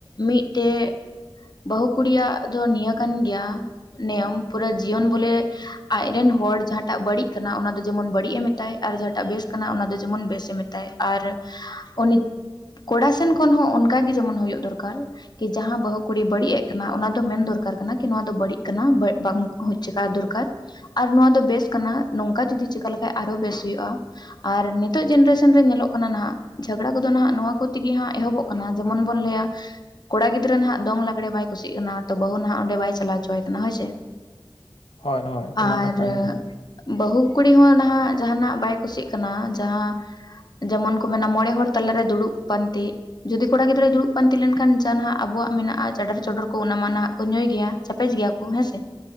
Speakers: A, on the left; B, on the left.
A: ᱢᱤᱫᱴᱮᱜ ᱵᱟᱹᱦᱩ ᱠᱩᱲᱤᱭᱟᱜ ᱫᱚ ᱱᱤᱭᱟᱹ ᱠᱟᱱ ᱜᱮᱭᱟ ᱱᱤᱭᱚᱢ ᱯᱩᱨᱟᱹ ᱡᱤᱭᱚᱱ ᱵᱚᱞᱮ ᱟᱡᱨᱮᱱ ᱦᱚᱲ ᱡᱟᱦᱟᱸᱴᱟᱜ ᱵᱟᱹᱲᱤᱡ ᱠᱟᱱᱟ ᱚᱱᱟ ᱫᱚ ᱡᱮᱢᱚᱱ ᱵᱟᱹᱲᱤᱡ ᱮᱢ ᱢᱮᱛᱟᱭ ᱟᱨ ᱡᱟᱦᱟᱸᱴᱟᱜ ᱵᱮᱥ ᱠᱟᱱᱟ ᱚᱱᱟ ᱫᱚ ᱡᱮᱢᱚᱱ ᱵᱮᱥᱮ ᱢᱮᱛᱟᱭ ᱟᱨ ᱩᱱᱤ ᱠᱚᱲᱟ ᱥᱮᱱ ᱠᱷᱚᱱ ᱦᱚᱸ ᱚᱱᱠᱟᱜ ᱜᱮ ᱡᱮᱢᱚᱱ ᱦᱩᱭᱩᱜ ᱫᱚᱨᱠᱟᱨ ᱠᱤ ᱡᱟᱦᱟᱸ ᱵᱟᱹᱦᱩ ᱠᱩᱲᱤ ᱵᱟᱹᱲᱤᱡ ᱮᱜ ᱠᱟᱱᱟ ᱚᱱᱟ ᱫᱚ ᱢᱮᱱ ᱫᱚᱨᱠᱟᱨ ᱠᱟᱱᱟ ᱠᱤ ᱱᱚᱣᱟ ᱫᱚ ᱵᱟᱹᱲᱤᱡ ᱠᱟᱱᱟ ᱵᱟᱝ ᱪᱮᱠᱟ ᱫᱚᱨᱠᱟᱨ ᱟᱨ ᱱᱚᱣᱟ ᱫᱚ ᱵᱮᱥ ᱠᱟᱱᱟ ᱱᱚᱝᱠᱟ ᱡᱩᱚᱫᱤ ᱪᱤᱠᱟ ᱞᱮᱠᱟᱱ ᱟᱨᱚ ᱵᱮᱥ ᱦᱩᱭᱩᱜᱼᱟ᱾ ᱟᱨ ᱱᱤᱛᱚᱜ ᱡᱱᱟᱨᱮᱥᱚᱱ ᱨᱮ ᱧᱮᱞᱚᱜ ᱠᱟᱱᱟ ᱱᱟᱜ ᱡᱷᱚᱜᱽᱲᱟ ᱠᱚᱫᱚ ᱱᱟᱦᱟᱜ ᱱᱚᱣᱟ ᱠᱚ ᱛᱮᱜᱮ ᱦᱟᱸᱜ ᱮᱦᱚᱵᱚᱜ ᱠᱟᱱᱟ ᱡᱮᱢᱚᱱ ᱵᱚᱱ ᱞᱟᱹᱭᱟ ᱠᱚᱲᱟ ᱜᱤᱫᱽᱨᱟᱹ ᱦᱟᱜ ᱫᱚᱝ ᱞᱟᱜᱽᱲᱮ ᱵᱟᱭ ᱠᱩᱥᱤᱜ ᱠᱟᱱᱟ ᱛᱚ ᱵᱟᱹᱦᱩ ᱱᱟᱦᱟᱜ ᱚᱸᱰᱮ ᱵᱟᱭ ᱪᱟᱞᱟᱣ ᱪᱚᱟᱭ ᱠᱟᱱᱟ ᱦᱳᱭ ᱥᱮ
B: ᱦᱳᱭ ᱦᱳᱭ ᱚᱱᱟ
A: ᱟᱨ
B: ᱢᱟ ᱠᱟᱱ ᱜᱮ
A: ᱵᱟᱹᱦᱩ ᱠᱩᱲᱤ ᱦᱚᱸ ᱱᱟᱦᱟᱜ ᱡᱟᱸᱟᱱᱟᱜ ᱵᱟᱭ ᱠᱩᱥᱤᱜ ᱠᱟᱱᱟ ᱡᱟᱦᱟᱸ ᱡᱮᱢᱚᱱ ᱠᱚ ᱢᱮᱱᱟ ᱢᱚᱬᱮ ᱦᱚᱲ ᱛᱟᱞᱟᱨᱮ ᱫᱩᱲᱩᱵ ᱯᱟᱱᱛᱮ ᱡᱩᱫᱤ ᱠᱚᱲᱟ ᱜᱤᱫᱽᱨᱟᱹᱭ ᱫᱩᱲᱩᱵ ᱯᱟᱱᱛᱤ ᱞᱮᱱ ᱠᱷᱟᱱ ᱡᱟ ᱱᱟᱜ ᱟᱵᱚᱣᱟᱜ ᱢᱮᱱᱟᱜᱼᱟ ᱪᱟᱰᱟᱨ ᱪᱚᱰᱚᱨ ᱠᱚ ᱚᱱᱟ ᱢᱟ ᱱᱟᱦᱟᱜ ᱠᱚ ᱧᱩᱭ ᱜᱮᱭᱟ ᱪᱟᱯᱮᱡ ᱜᱮᱭᱟ ᱠᱚ ᱦᱮᱸ ᱥᱮ